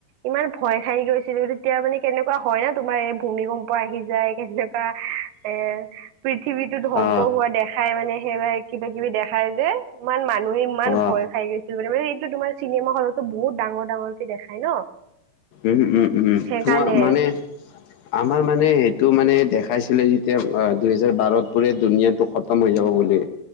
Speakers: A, on the right; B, on the left.
A: ইমান ভয় খাই গৈছিলো তেতিয়া মানে কেনেকুৱা হয় ন তোমাৰ এই ভূমিকম্প আহি যায় কেনেকুৱা, এৰ পৃথিৱীতো ধ্বংস
B: অ
A: হোৱা দেখাই মানে, সেইবিল কিবা কিবি দেখাই যে, ইমান মানুহে ইমান ভয়
B: অ
A: খাই গৈছিল মানে মানে তোমাৰ চিনেমা হলতো বহুত ডাঙৰ ডাঙৰক দেখাই ন
B: উম-উম-উম,
A: সেইকাৰণে
B: তোমাৰ মানে, ‌আমাৰ মানে সেইটো মানে দেখাইছিলে যেতিয়া দুহেজাৰ বাৰত পোৰে দুুনীয়াটো খতম হৈ যাব বুলিু